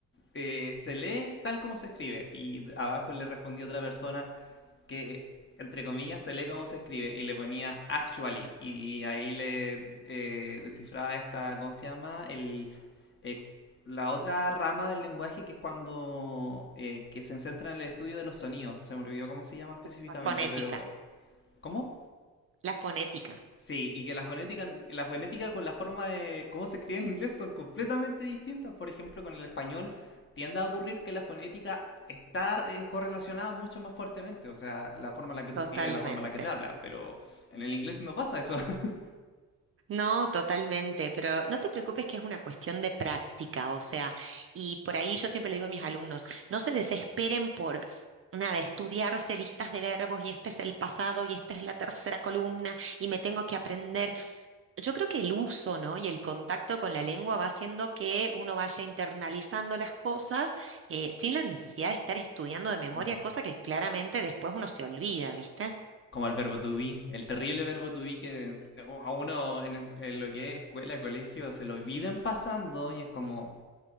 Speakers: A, on the left (about 35°); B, on the right (about 40°).
A: eh, se lee tal como se escribe. Y abajo le respondió otra persona, que entre comillas se lee cómo se escribe y le ponía actually y ahí le eh, descifraba esta, ¿cómo se llama? El, eh, la otra rama del lenguaje que es cuando eh, que se centra en el estudio de los sonidos. Se me olvidó cómo se llama específicamente,
B: La fonética,
A: pero ¿cómo?
B: la fonética,
A: Sí, y que la fonética, la fonética con la forma de cómo se escribe en inglés son completamente distintas. Por ejemplo, con el español tiende a ocurrir que la fonética está eh, correlacionada mucho más fuertemente. O sea, la forma en la que
B: totalmente.
A: se escribe, la forma en la que se habla. Pero en el inglés no pasa eso. <laughs>
B: No, totalmente, pero no te preocupes que es una cuestión de práctica, o sea, y por ahí yo siempre le digo a mis alumnos, no se desesperen por nada, estudiarse listas de verbos y este es el pasado y esta es la tercera columna y me tengo que aprender. Yo creo que el uso, ¿no? Y el contacto con la lengua va haciendo que uno vaya internalizando las cosas eh, sin la necesidad de estar estudiando de memoria,
A: Mm.
B: cosa que claramente después uno se olvida, ¿viste?
A: Como el verbo to be, el terrible verbo to be que es- a uno en, el- en lo que es escuela, colegio, se lo viven pasando y es como,